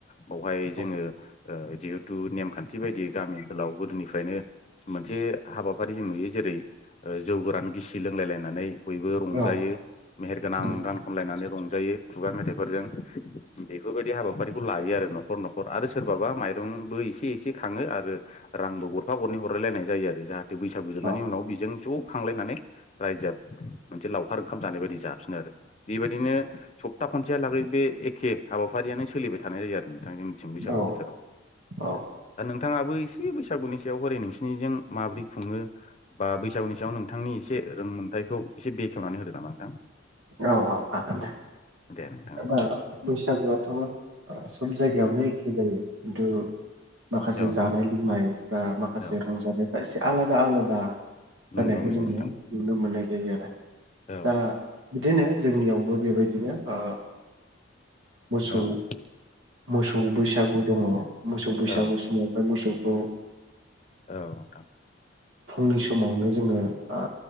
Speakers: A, on the left (about 35°); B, on the right (about 75°).
A: बावहाय जोङो
B: औ
A: ओ जि थु नेमखान्थि बायदियै गामि ओनोलाव गोदोनि फ्रायनो मोनसे हाबाफारि जों नुयो जेरै ओ जौ गोरान गिसि लोंलायलायनानै बयबो रंजायो
B: औ
A: मेहेरगोनां
B: नंगौ
A: गान खनलायनानै रंजायो खुगा मेथाइफोरजों बेफोरबायदि हाबाफारिखौ लायो आरो न'खर न'खर आरो सोरबाबा माइरंबो एसे एसे खाङो आरो ओ रांबो गरफा गरनै हरलायलायनाय जायो आरो जाहाथे बैसागु जोबनायनि
B: औ
A: उनाव बिजों ज' खांलायनानै रायजोआ मोनसे लावखार ओंखाम जानाय बायदि जाफिनो आरो बेबायदिनो स' था खनसेहा लागै बे एखे हाबाफारियानो सोलिबाय थानाय जायो आरोन जोंनिथिं बैसागु
B: औ
A: बोथोराव
B: औ
A: दा नों थाङाबो एसे बैसागुनि सायाव हरै नोंसिनिजों माबोरै खुङो बा बैसागुनि याव नोंथांनि एसे रोंमोनथायखौ एसे बेखेवनानै होदो नामा नोंथां
B: औ औ हागोन दे
A: दे नोंथां औ
B: दा बैसागुआथ' ओ सब जायगायावनो एखे जायो खिन्थु माखासे
A: औ
B: जानाय
A: नोंथां
B: लोंनायफ्रा माखासे
A: औ
B: रंजानायफ्रा एसे आलादा आलादा जानायखौ
A: नंगौ नंगौ
B: जोङो
A: नोंथां
B: नुनो मोननाय जायो आरो
A: औ
B: दा
A: नोदां
B: बिदिनो जोंनियावबो बेबायदिनो ओ मोसौ
A: औ औ औ
B: मोसौ बैसागु
A: औ
B: दङ मोसौ
A: नोंथां
B: बैसागु समावाय मोसौ अ
A: औ नोंथां
B: फुंनि समावनो जोङो आ